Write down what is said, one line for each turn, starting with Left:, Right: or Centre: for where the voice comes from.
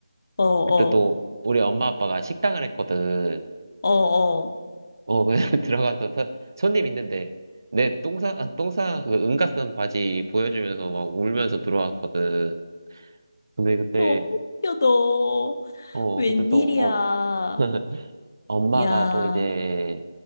Left: 어, 어,
Right: 그때 또 우리 엄마 아빠가 식당을 했거든.
Left: 어, 어.
Right: 어, 그냥 <laughs> 들어가서 서- 손님 있는데, 내 똥싸, 아, 똥싸, 그 응가 쓴 바지 보여주면서 막 울면서 들어왔거든. 근데 그때,
Left: 너무 웃겨, 너.
Right: 어,
Left: 웬일이야.
Right: 그때 또, 어, <laughs> 엄마가
Left: 야,
Right: 또 이제,